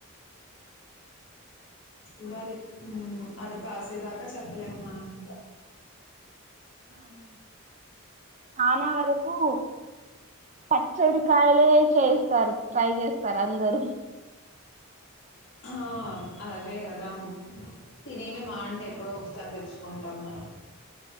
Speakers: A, on the left; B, on the right.
A: చూడ అది కాసేదాకా చెప్పలేము మనం ఇంకా
B: అవును ఆనా వరకు పత్ చెడు కాలే చేయిస్తారు ట్రై చేస్తారు అందరూ
A: ఆ అదే కదా తినేవి మాంటే
B: ఉ
A: ఎప్పుడో ఒకతా తెలుసు కుంటాం మనం